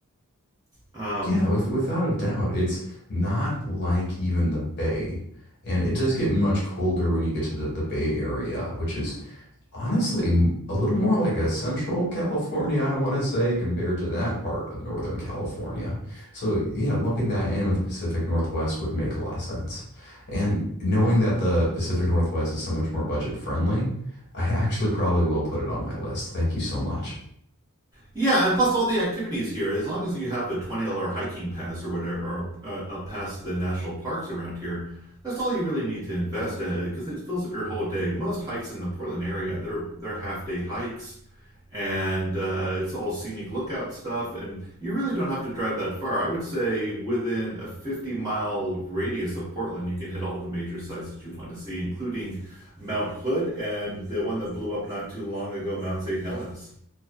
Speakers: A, on the right; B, on the left.
A: Um,
B: Yeah, with without a doubt, it's not like even the Bay. And it does get much colder when you get to the, the Bay Area, which is Honestly, a little more like a Central California, I want to say, compared to that part of Northern California. So, yeah, lumping that in with the Pacific Northwest would make a lot of sense. And knowing that the Pacific Northwest is so much more budget friendly, I actually probably will put it on my list. Thank you so much.
A: Yeah, and plus all the activities here. As long as you have a twenty dollar hiking pass or whatever, or a, a pass to the national parks around here, that's all you really need to invest in because it fills up your whole day. Most hikes in the Portland area, they're they're half day hikes, and uh, it's all scenic lookout stuff, and you really don't have to drive that far. I would say within a fifty mile radius of Portland, you can hit all the major sites that you want to see, including Mount Hood and the one that blew up not too long ago, Mount St. Helens.